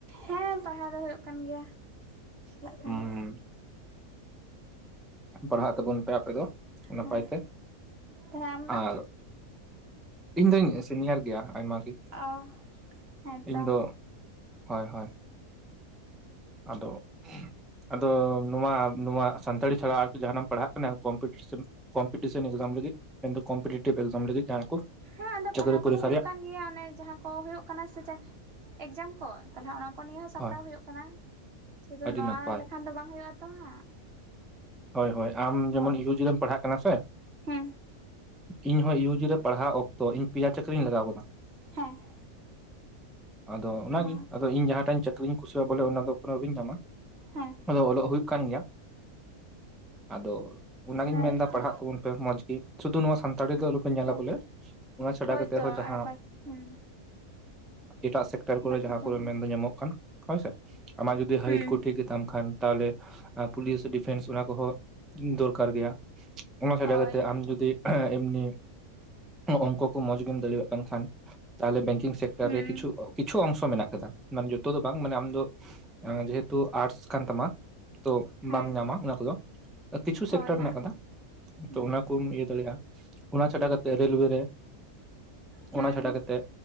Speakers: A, on the right; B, in the centre.
A: ᱦᱮᱸ ᱯᱟᱲᱦᱟᱣ ᱫᱚ ᱦᱩᱭᱩᱜ ᱠᱟᱱ ᱜᱮᱭᱟ, ᱪᱟᱞᱟᱜ ᱠᱟᱱᱟ᱾
B: ᱩᱸ ᱯᱟᱲᱦᱟᱜ ᱛᱟᱵᱚᱱ ᱯᱮ ᱟᱯᱮ ᱫᱚ ᱱᱟᱯᱟᱭ
A: ᱦᱩᱸ ᱦᱮᱸ
B: ᱛᱮ
A: ᱛᱟᱦᱚᱞᱮ ᱟᱢ ᱫᱚ
B: ᱟᱨ ᱤᱧ ᱫᱩᱧ ᱥᱤᱱᱤᱭᱟᱨ ᱜᱮᱭᱟ ᱟᱭᱢᱟ ᱜᱮ
A: ᱚ, ᱦᱮᱸ
B: ᱤᱧ
A: ᱛᱚ᱾
B: ᱫᱚ ᱦᱳᱭ ᱦᱳᱭ᱾ ᱟᱫᱚ, ᱟᱫᱚ ᱱᱚᱣᱟ ᱱᱚᱣᱟ᱾ ᱥᱟᱱᱛᱟᱲᱤ ᱪᱷᱟᱲᱟ ᱟᱨᱠᱤ ᱡᱟᱸᱦᱟᱱᱟᱢ ᱯᱟᱲᱦᱟᱜ ᱠᱟᱱᱟ ᱠᱚᱢᱯᱤᱴᱤᱥᱮᱱ, ᱠᱚᱢᱯᱤᱴᱤᱥᱮᱱ ᱮᱠᱡᱟᱢ ᱞᱟᱹᱜᱤᱫ? ᱮᱠᱷᱚᱱ ᱫᱚ ᱠᱚᱢᱯᱤᱴᱮᱴᱤᱵᱷ ᱮᱠᱡᱟᱢ ᱞᱟᱜᱤᱫ ᱡᱟᱦᱟᱸ ᱠᱚ
A: ᱦᱮᱸ ᱟᱫᱚ
B: ᱪᱟᱹᱠᱨᱤ
A: ᱯᱟᱲᱦᱟᱣ ᱠᱚᱫᱚ
B: ᱯᱚᱨᱤᱠᱠᱷᱟ
A: ᱦᱩᱭᱩᱜ
B: ᱨᱮᱭᱟᱜ
A: ᱠᱟᱱ ᱜᱮᱭᱟ ᱚᱱᱮ ᱡᱟᱦᱟᱸ ᱠᱚ ᱦᱳᱭᱳᱜ ᱠᱟᱱᱟ ᱥᱮ ᱮᱠᱡᱟᱢ ᱠᱚᱺ ᱛᱟᱞᱦᱮ ᱚᱱᱟ ᱠᱚ ᱱᱤᱭᱮ ᱦᱚᱸ ᱥᱟᱯᱲᱟᱣ
B: ᱦᱳᱭ
A: ᱦᱩᱭᱩᱜ ᱠᱟᱱᱟ᱾ ᱥᱩᱫᱩ
B: ᱟᱹᱰᱤ
A: ᱱᱚᱣᱟ
B: ᱱᱟᱯᱟᱭ
A: ᱞᱮᱠᱷᱟᱱ ᱫᱚ ᱵᱟᱝ ᱦᱩᱭᱩᱜ ᱟ ᱛᱚ ᱦᱟᱸᱜ᱾
B: ᱦᱳᱭ ᱦᱳᱭ ᱟᱢ
A: ᱦᱳᱭ
B: ᱡᱮᱢᱚᱱ ᱤᱭᱩ ᱡᱤ ᱨᱮᱢ ᱯᱟᱲᱦᱟᱜ ᱠᱟᱱᱟ ᱥᱮ᱾
A: ᱦᱮᱸ
B: ᱤᱧᱦᱚᱸ ᱤᱭᱩ ᱡᱤ ᱨᱮ ᱯᱟᱲᱦᱟᱣ ᱚᱠᱛᱚ ᱤᱧ ᱯᱤᱭᱟ ᱪᱟᱠᱨᱤᱧ ᱞᱟᱜᱟᱣ ᱠᱟᱫᱟ᱾
A: ᱦᱮᱸ᱾
B: ᱟᱫᱚ ᱚᱱᱟᱜᱮ
A: ᱚ
B: ᱟᱫᱚ ᱤᱧ ᱡᱟᱦᱟᱸᱴᱟᱜ ᱪᱟᱹᱠᱨᱤᱧ ᱠᱩᱥᱤᱭᱟᱜ ᱵᱚᱞᱮ ᱚᱱᱟ ᱫᱚ ᱮᱠᱷᱚᱱᱚ ᱟᱹᱣᱨᱤᱧ ᱧᱟᱢᱟ᱾
A: ᱦᱮᱸ
B: ᱟᱫᱚ ᱚᱞᱚᱜ ᱦᱩᱭᱩᱜ ᱠᱟᱱ ᱜᱮᱭᱟ᱾ ᱟᱫᱚ ᱚᱱᱟᱜᱤᱧ
A: ᱦᱮᱸ
B: ᱢᱮᱱᱫᱟ
A: ᱛᱚ
B: ᱯᱟᱲᱦᱟᱜ ᱛᱟᱵᱚᱱ ᱯᱮ ᱢᱚᱸᱡᱽ ᱜᱮ ᱥᱩᱫᱩ ᱱᱚᱣᱟ ᱥᱟᱱᱛᱟᱲᱤ ᱫᱚ ᱟᱞᱚᱯᱮ ᱧᱮᱞᱟ
A: ᱦᱮᱸ
B: ᱵᱚᱞᱮ᱾ ᱚᱱᱟ ᱪᱷᱟᱰᱟ
A: ᱦᱳᱭᱛᱚ
B: ᱠᱟᱛᱮᱜ ᱦᱚᱸ
A: ᱟᱨ
B: ᱡᱟᱦᱟᱸ
A: ᱵᱟᱠ ᱦᱩᱸ
B: ᱮᱴᱟᱜ ᱥᱮᱠᱴᱟᱨ ᱠᱚᱨᱮ
A: ᱵᱟᱠᱤ
B: ᱡᱟᱦᱟᱸ
A: ᱠᱚ
B: ᱠᱚᱨᱮ
A: ᱢᱮᱱᱟᱜᱼᱟ
B: ᱢᱮᱱᱫᱚ ᱧᱟᱢᱚᱜ ᱠᱟᱱ ᱦᱳᱭᱥᱮ ᱟᱢᱟᱜ ᱡᱩᱫᱤ ᱦᱟᱭᱤᱴ
A: ᱦᱩᱸ
B: ᱠᱚ ᱴᱷᱤᱠ ᱜᱮᱛᱟᱢ ᱠᱷᱟᱱ ᱛᱟᱦᱞᱮ ᱯᱩᱞᱤᱥ ᱰᱤᱯᱷᱮᱱᱥ ᱚᱱᱟ ᱠᱚᱦᱚᱸ ᱫᱚᱨᱠᱟᱨ ᱜᱮᱭᱟ᱾ ᱚᱱᱟ ᱪᱷᱟᱰᱟ
A: ᱦᱳᱭ
B: ᱠᱟᱛᱮ ᱟᱢ ᱡᱩᱫᱤ ᱮᱢᱱᱤ ᱚᱝᱠᱚ ᱠᱚ ᱢᱚᱸᱡᱽ ᱜᱮᱢ ᱫᱟᱲᱮᱣᱟᱜ ᱠᱟᱱ ᱠᱷᱟᱱ ᱛᱟᱦᱚᱞᱮ ᱵᱮ ᱠᱤᱝ ᱥᱮᱠᱴᱟᱨ
A: ᱦᱩᱸ
B: ᱨᱮ ᱠᱤᱪᱷᱩ ᱠᱤᱪᱷᱩ ᱚᱝᱥᱚ ᱢᱮᱱᱟᱜ ᱠᱟᱫᱟ ᱢᱟᱱᱮ ᱡᱚ ᱛᱚ ᱫᱚ ᱵᱟᱝ ᱢᱟᱱᱮ ᱟᱢ ᱫᱚ ᱡᱮᱦᱮᱛᱩ ᱟᱴᱥ ᱠᱟᱱ ᱛᱟᱢᱟ ᱛᱚ
A: ᱦᱮᱸ
B: ᱵᱟᱢ ᱧᱟᱢᱟ ᱚᱱᱟ ᱠᱚᱫᱚ ᱠᱤᱪᱷᱩ
A: ᱦᱳᱭ
B: ᱥᱮᱠᱴᱚᱨ ᱦᱮᱱᱟᱜ
A: ᱦᱟᱸᱜ
B: ᱠᱟᱫᱟ
A: ᱦᱩᱸ
B: ᱛᱚ ᱚᱱᱟ ᱠᱩᱢ ᱤᱭᱟᱹ ᱫᱟᱲᱮᱜ-ᱟ᱾ ᱚᱱᱟ ᱪᱷᱟᱰᱟ ᱠᱟᱛᱮ ᱨᱮᱞᱳᱣᱮ ᱨᱮ,
A: ᱦᱩᱸ
B: ᱚᱱᱟ ᱪᱷᱟᱰᱟ ᱠᱟᱛᱮ